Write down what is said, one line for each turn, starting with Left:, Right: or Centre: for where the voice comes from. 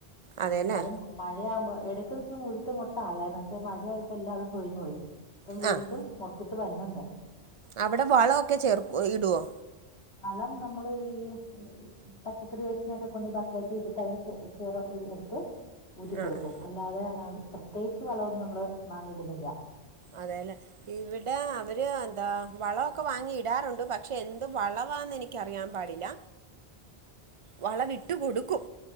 Right: അതെല്ലേ
Left: എല്ലതും അത മഴയാവുമ്പോ ഇടയ്ക്ക് വെച്ച് മുഴത്ത് മൊട്ട്ആയായിരുന്നു പക്ഷെ മഴയായിപ്പോ എല്ലാം തും പൊഴിഞ്ഞു പോയി ഇപ്പം വീണ്ടും.
Right: ആഹ്
Left: പ്പോം മൊട്ടിട്ട് വന്ന്ണ്ട്.
Right: അവിടെ വളൊക്കെ ചേർക്കൊ ഇടുവോ
Left: വളം നമ്മള് ഈ എന്നാ പച്ചക്കറി വേസ്റ്റ്നയൊക്കെ കൊണ്ട് ബക്കറ്റ് ഇട്ട്ട്ട് അതിന്റെ ചെ ചെറ എ എടുത്ത്. ഊറ്റി ക്കൊടുക്കും
Right: ആഹ് ആഹ്
Left: അല്ലാതെ പ്രത്യേകിച്ച് വളമൊന്നും നമ്മള് മാങ്ങി ഇടുന്നില്ല.
Right: അതെല്ലേ ഇവിടെ ഇവര് എന്താ വളവൊക്കെ വാങ്ങി ഇടാറുണ്ട് പക്ഷെ എന്ത് വളവാന്ന് എനിക്കറിയാൻ പാടില്ല. വളവിട്ട് കൊടുക്കും.